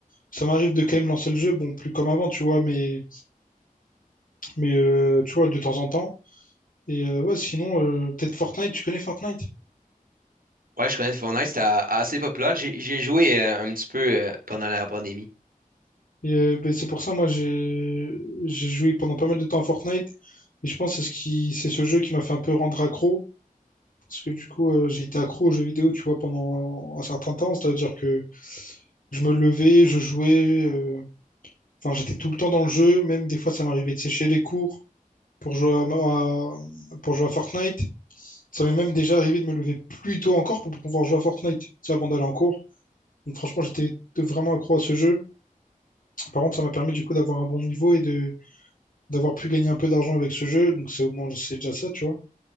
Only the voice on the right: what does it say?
Ouais, je connais Fortnite, c'est a- assez populaire. J'ai j'ai joué euh, un petit peu euh, pendant la pandémie.